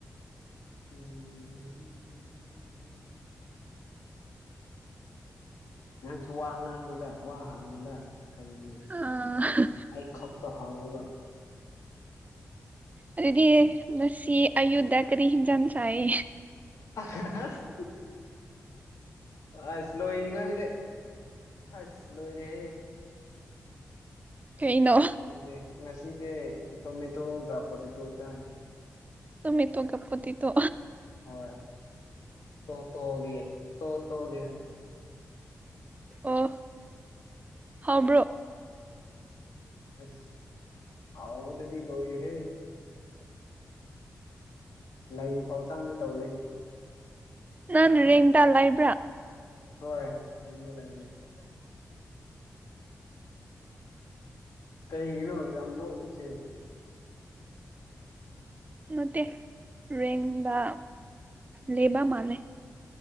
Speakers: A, on the left (about 85°); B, on the right (about 30°).
A: ꯎꯝ ꯁꯨ ꯋꯥ ꯉꯉꯣꯗ ꯋꯥꯉꯣꯗ ꯀꯩꯒꯤ
B: ꯑꯥ
A: ꯑꯩ ꯈꯛꯇ ꯍꯪꯉꯒ
B: ꯑꯗꯨꯗꯤ ꯂꯁꯤ ꯑꯌꯨꯙꯌꯥ ꯀꯔꯤ ꯍꯖꯟꯁꯏ
A: ꯑ <unintelligible> <inaudible> ꯑꯁꯅꯣꯅꯤꯉꯗꯦ ꯑꯁꯅꯣꯅꯦ
B: ꯀꯩꯅꯣ
A: ꯑꯩꯁꯦ ꯉꯁꯤꯁꯦ ꯇꯃꯤ ꯊꯣ ꯒꯄꯣꯠꯇ ꯇ ꯆꯥꯏ
B: ꯇꯃꯤ ꯇꯣ ꯀꯞꯄꯣꯗꯤꯤ ꯇꯣ
A: ꯍꯣꯏ ꯇꯣ ꯇꯣꯒꯦ ꯇꯣ ꯇꯣꯒꯦ
B: ꯑꯣ ꯍꯥꯎꯕ꯭ꯔꯣ
A: ꯑꯦꯁ ꯑꯋꯥꯕꯨꯗꯗꯤ ꯂꯣꯏꯔꯤ ꯍꯦ ꯂꯩ ꯐꯧ ꯆꯥꯡꯗꯤ ꯇꯧꯏ
B: ꯅꯥꯟ ꯔꯦꯡꯟꯗ ꯂ ꯏꯕ꯭ꯔꯥ
A: ꯍꯣꯏ ꯑꯅ ꯂꯩꯅꯤ ꯀꯩꯒꯤꯅꯣ ꯌꯥꯝ ꯅꯣꯛꯏꯁꯦ
B: ꯅꯠꯇ ꯔꯦꯡꯗ ꯂꯦꯕ ꯃꯅꯦꯅꯦ